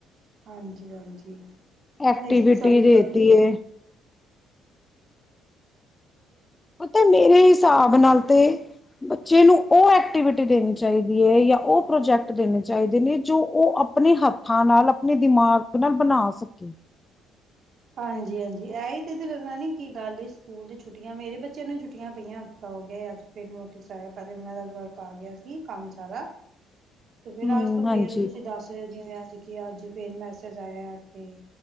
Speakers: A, on the right (about 55°); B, on the left (about 20°).
A: ਹਾਂਜੀ ਹਾਂਜੀ
B: ਐਕਟੀਵਿਟੀ
A: ਆਹੀ ਤੇ ਸਾਰੀ
B: ਦੇਤੀ
A: ਗੱਲ ਏ
B: ਹੈ ਪਤਾ ਹੈ, ਮੇਰੇ ਹਿਸਾਬ ਨਾਲ ਤੇ ਬੱਚੇ ਨੂੰ ਉਹ ਐਕਟੀਵਿਟੀ ਦੇਣੀ ਚਾਹੀਦੀ ਹੈ ਜਾਂ ਉਹ ਪ੍ਰੋਜੈਕਟ ਦੇਣੇ ਚਾਹੀਦੇ ਨੇ ਜੋ ਉਹ ਆਪਣੇ ਹੱਥਾਂ ਨਾਲ ਆਪਣੇ ਦਿਮਾਗ ਨਾਲ ਬਣਾ ਸਕੇ
A: ਹਾਂਜੀ ਹਾਂਜੀ ਐ ਤੇ ਨੀ ਕੀ ਗੱਲ ਸਕੂਲ ਛੁੱਟੀਆਂ ਮੇਰੇ ਬੱਚਿਆਂ ਨੂੰ ਛੁੱਟੀਆਂ ਪਈਆਂ ਹਫ਼ਤਾ ਹੋ ਗਿਆ ਅੱਜ ਫ ਨੋਟਿਸ ਆਇਆ ਪ ਉਹਨਾਂ ਦਾ ਵਰਕ ਆ ਗਿਆ ਸੀ ਕੰਮ ਸਾਰਾ ਤੇ ਫੇਰ
B: ਹਮ
A: ਅੱਜ ਤੋਂ
B: ਹਾਂਜੀ
A: ਫੇਰ ਤੁਸੀਂ ਦੱਸ ਰਹੇ ਹੋ ਜਿਵੇਂ ਅੱਜ ਕਿ ਅੱਜ ਫੇਰ ਮੈਸੇਜ ਆਇਆ ਐਥੇ